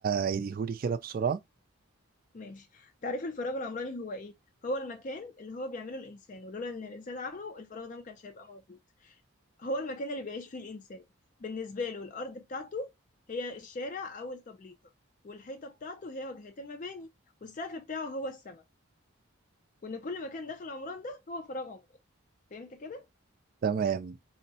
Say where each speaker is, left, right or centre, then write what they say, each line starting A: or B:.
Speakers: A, on the right (about 40°); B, on the left (about 35°).
A: عيديهولي كده بسرعة
B: ماشي تعريف الفراغ العمراني هو ايه هو المكان اللي هو بيعمله الانسان ولولا ان الانسان عامله الفراغ ده ما كانش هيبقى موجود هو المكان اللي بيعيش فيه الانسان بالنسبة له الارض بتاعته هي الشارع او التبليطة والحيطة بتاعته هي واجهات المباني والسقف بتاعه هو السماء وان كل مكان داخل عمران ده هو فراغ عمراني فهمت كده
A: تمام